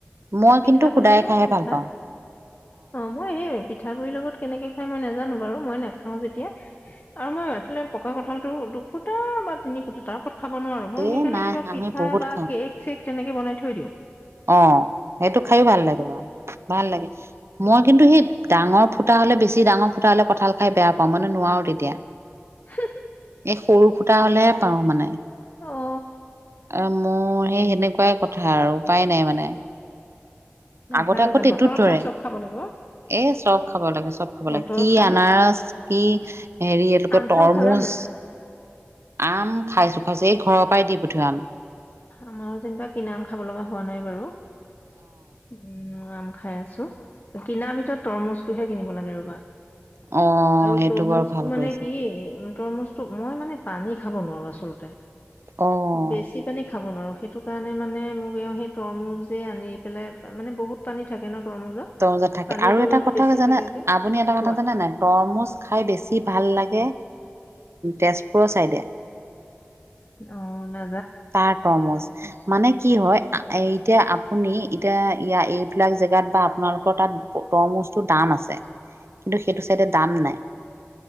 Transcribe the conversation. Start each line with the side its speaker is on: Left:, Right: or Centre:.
Right: মই
Left: পিঠা
Right: কিন্তু
Left: বনাই
Right: শুদায়ে
Left: ন
Right: খাইহে
Left: পিঠা
Right: ভাল পাওঁ।
Left: অ মই হে পিঠাগুৰিৰ লগত কেনেকে খাই মই নাজানো বাৰু। মই নাখাও যেতিয়া আৰু মই আচলতে পকা কঠাল টো দু ফুটা বা তিনি ফুটা তাৰ ওপৰত খাব নোৱাৰো মই
Right: এ
Left: সেইকাৰণে
Right: নাই
Left: কিবা
Right: আমি
Left: পিঠা
Right: বহুত
Left: বা
Right: খাওঁ
Left: কেক চেক তেনেকে বনাই থৈ দিওঁ।
Right: অ সেইটো খাইয়ো ভাল লাগে বাৰু ভাল লাগে। মই কিন্তু সেই ডাঙৰ ফু ফুটা হ'লে বেছি ডাঙৰ ফুটা হলে কঁঠাল খাই বেয়া পাওঁ মানে নোৱাৰো তেতিয়া।
Left: <inaudible>
Right: এই সৰু ফুটা হলেহে পাৰো মানে।
Left: অ
Right: আহ মোৰ সেই সেনেকুৱাই কথা আৰু উপায় নাই মানে। আগতে
Left: ভাল
Right: আকৌ
Left: ভাল
Right: তেতুত
Left: বতৰৰ
Right: ধৰে
Left: ফল চব খাব লাগে অ।
Right: এ চব খাব লাগে - চব খাব
Left: বতৰৰ
Right: লাগে কি
Left: ফল
Right: আনাৰস কি হেৰি
Left: আম চাম
Right: তৰমুজ।
Left: <inaudible>
Right: আম খাইছো - খাইছো এই ঘৰৰ পৰাই দি পঠোৱা আম।
Left: আমাৰো যেনিবা কিনা আম খাব লগা হোৱা নাই বাৰু। উম, আম খাই আছো কিনাৰ ভিতৰত তৰমুজটোহে কিনিব লাগে ৰবা।
Right: অ অ
Left: আৰু
Right: সেইটো
Left: তৰমুজটো
Right: বাৰু ভাল
Left: মানে
Right: কৰিছা
Left: কি তৰমুজ মই মানে পানী খাব নোৱাৰো আচলতে,
Right: অ
Left: বেছি পানী খাব নোৱাৰো সেইটো কাৰণে মানে মোক এও সেই তৰমুজে আনি পেলাই মানে বহুত পানী থাকে ন?
Right: তৰমুজত থাকে
Left: পানীৰ
Right: আৰু
Left: পৰিমাণটো
Right: এটা কথা
Left: বেছি
Right: জানা
Left: থাকে যে
Right: আপুনি এটা
Left: খোৱা
Right: কথা জানে নাই? তৰমুজ খাই বেছি ভাল লা গে তেজপুৰৰ চাইডে।
Left: অ, না
Right: তাৰ তৰমুজ মানে কি হয়, এই এতিয়া আপুনি এতিয়া ইয় এইবিলাক জেগাত বা আপোনালোকৰ তাত তৰমুজটো দাম আছে। কিন্তু সেইটো চাইডে দাম নাই।